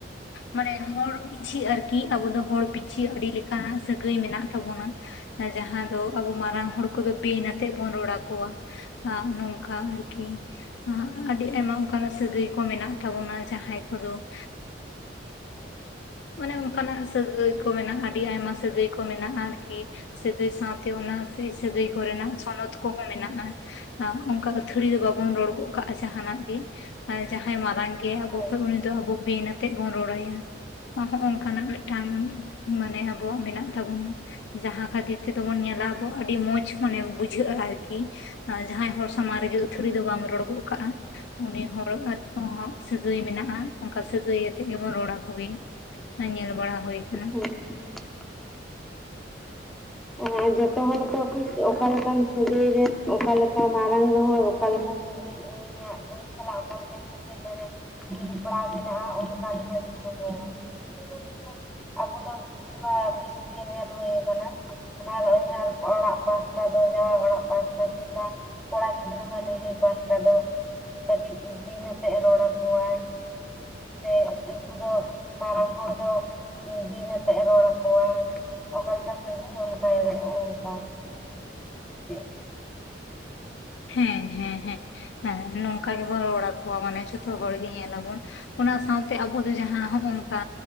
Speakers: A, on the left; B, in the centre.
A: ᱢᱟᱱᱮ ᱦᱚᱲ ᱯᱤᱪᱷᱤ ᱟᱨᱠᱤ ᱟᱵᱚ ᱫᱚ ᱦᱚᱲ ᱯᱤᱪᱷᱤ ᱟᱹᱰᱤ ᱞᱮᱠᱟᱱ ᱥᱟᱹᱜᱟᱹᱭ ᱢᱮᱱᱟᱜ ᱛᱟᱵᱚᱱᱟ᱾ ᱟᱨ ᱡᱟᱦᱟᱸ ᱫᱚ ᱟᱵᱚ ᱢᱟᱨᱟᱝ ᱦᱚᱲ ᱠᱚᱫᱚ ᱵᱤᱱ ᱟᱛᱮᱜ ᱵᱚᱱ ᱨᱚᱲ ᱟᱠᱚᱣᱟ, ᱟᱸ ᱱᱚᱝᱠᱟ ᱟᱨᱠᱤ᱾ ᱟᱹᱰᱤ ᱟᱭᱢᱟ ᱚᱝᱠᱟᱱᱟᱜ ᱥᱟᱹᱜᱟᱹᱭ ᱠᱚ ᱦᱚᱸ ᱢᱮᱱᱟᱜ ᱛᱟᱵᱚᱱᱟ ᱡᱟᱦᱟᱸᱭ ᱠᱚᱫᱚ <inaudible> ᱢᱟᱱᱮ ᱚᱝᱠᱟᱱᱟᱜ ᱥᱟᱹᱜᱟᱹᱭ ᱠᱚ ᱢᱮᱱᱟᱜᱼᱟ ᱟᱹᱰᱤ ᱟᱭᱢᱟ ᱥᱟᱹᱜᱟᱹᱭ ᱠᱚ ᱢᱮᱱᱟᱜᱼᱟ ᱟᱨᱠᱤ, ᱥᱟᱹᱜᱟᱹᱭ ᱥᱟᱶᱛᱮ ᱚᱱᱟ ᱥᱟᱹᱦᱤ ᱥᱟᱹᱜᱟᱹᱭ ᱠᱚ ᱨᱮᱱᱟᱜ ᱪᱷᱚᱱᱚᱛ ᱠᱚᱦᱚᱸ ᱢᱮᱱᱟᱜᱼᱟ᱾ <unintelligible> ᱚᱝᱠᱟ ᱟᱹᱛᱷᱟᱹᱲᱤ ᱫᱚ ᱵᱟᱵᱚᱱ ᱨᱚᱲ ᱜᱚᱜ ᱠᱟᱜᱼᱟ ᱡᱟᱦᱟᱸᱱᱟᱜ ᱜᱮ, ᱡᱟᱦᱟᱸᱭ ᱢᱟᱨᱟᱝ ᱜᱮ ᱟᱵᱚ
B: ᱦᱳᱭ
A: ᱠᱷᱚᱡ ᱩᱱᱤ ᱫᱚ ᱟᱵᱚ ᱵᱮᱱ ᱟᱛᱮᱜ ᱵᱚᱱ ᱨᱚᱲᱟᱭᱟ᱾ ᱦᱚᱸᱜ-ᱚ ᱚᱝᱠᱟᱱᱟᱜ ᱢᱤᱫᱴᱟᱝ ᱢᱟᱱᱮ ᱟᱵᱚᱣᱟᱜ ᱢᱮᱱᱟᱜ ᱛᱟᱵᱚᱱᱟ᱾ ᱡᱟᱦᱟᱸ ᱠᱷᱟᱹᱛᱤᱨ ᱛᱮᱫᱚ ᱵᱚᱱ ᱧᱮᱞᱟ ᱟᱵᱚ ᱟᱹᱰᱤ ᱢᱚᱸᱡᱽ ᱢᱚᱱᱮ ᱵᱩᱡᱷᱟᱹᱜᱼᱟ ᱟᱨᱠᱤ, ᱟᱸ ᱡᱟᱦᱟᱸᱭ ᱦᱚᱲ ᱥᱟᱢᱟᱝ ᱨᱮᱜᱮ ᱟᱹᱛᱷᱟᱹᱲᱤ ᱫᱚ ᱵᱟᱢ ᱨᱚᱲ ᱜᱚᱫ ᱠᱟᱜᱼᱟ, ᱩᱱᱤ ᱦᱚᱲ <inaudible> ᱥᱟᱹᱜᱟᱹᱭ ᱢᱮᱱᱟᱜᱼᱟ, ᱚᱝᱠᱟ ᱥᱟᱹᱜᱟᱹᱭ ᱟᱛᱮᱜ ᱜᱮᱵᱚᱱ ᱨᱚᱲ ᱟᱠᱚ ᱜᱮ᱾ ᱚᱱᱮ ᱧᱮᱞ ᱵᱟᱲᱟ ᱦᱳᱭ ᱠᱟᱱᱟ᱾
B: <inaudible>
A: <inaudible>
B: ᱢᱟᱱᱮ ᱡᱚᱛᱚ ᱦᱚᱲ ᱛᱚ ᱚᱠᱟ ᱞᱮᱠᱟᱱ ᱥᱟᱹᱜᱟᱹᱭ ᱨᱮ ᱚᱠᱟ ᱞᱮᱠᱟ ᱢᱟᱨᱟᱝ ᱨᱮᱦᱚᱸᱭ ᱚᱠᱟ ᱞᱮᱠᱟ ᱥᱟᱹᱜᱟᱹᱭ ᱩᱱᱤᱭᱟᱜ ᱩᱱᱤ ᱥᱟᱞᱟᱜ ᱚᱠᱟ ᱞᱮᱠᱟ ᱥᱟᱹᱜᱟᱹᱭ <inaudible> ᱡᱚᱯᱲᱟᱣ ᱢᱮᱱᱟᱜᱼᱟ ᱚᱝᱠᱟ ᱞᱮᱠᱟ ᱜᱮᱵᱚᱱ ᱨᱚᱲᱟ᱾ <inaudible> ᱟᱵᱚ ᱫᱚ ᱵᱮᱥᱤᱨ ᱵᱷᱟᱜ ᱵᱤᱥᱤ ᱜᱮ ᱧᱮᱞ ᱦᱳᱭ ᱟᱠᱟᱱᱟ <inaudible> ᱚᱲᱟᱜ ᱯᱟᱥᱴᱟ ᱫᱚ, ᱡᱟᱶᱟᱭ ᱚᱲᱟᱜ ᱯᱟᱥᱴᱟ ᱠᱤᱱᱰᱟ ᱠᱚᱲᱟ ᱜᱤᱫᱽᱨᱟᱹ ᱦᱚᱸ ᱱᱟᱭᱦᱟᱹᱨ ᱯᱟᱥᱴᱟ ᱫᱚ, ᱠᱟᱹᱴᱤᱡ ᱫᱚ ᱵᱤᱱ ᱟᱛᱮᱜ ᱮ ᱨᱚᱲ ᱟᱠᱚᱣᱟᱭ, ᱥᱮ ᱩᱝᱠᱩ ᱫᱚ ᱢᱟᱨᱟᱝ ᱦᱚᱲ ᱫᱚ ᱵᱤᱱ ᱟᱛᱮᱜ ᱮ ᱨᱚᱲ ᱟᱠᱚᱣᱟ᱾ ᱚᱠᱟ ᱞᱮᱠᱟ ᱥᱟᱹᱜᱟᱹᱭ ᱚᱱᱠᱟ <inaudible> ᱚᱝᱠᱟ, <inaudible>
A: ᱦᱮᱸ ᱦᱮᱸ ᱦᱮᱸ᱾ ᱦᱮᱸ ᱱᱚᱝᱠᱟ ᱜᱮᱵᱚᱱ ᱨᱚᱲ ᱟᱠᱚᱣᱟ ᱢᱟᱱᱮ ᱡᱷᱚᱛᱚ ᱦᱚᱲ ᱜᱮ ᱧᱮᱞᱟᱵᱚᱱ, ᱚᱱᱟ ᱥᱟᱶᱛᱮ ᱟᱵᱚ ᱫᱚ ᱡᱟᱦᱟᱸ ᱦᱚᱸᱜ-ᱚ ᱱᱚᱝᱠᱟ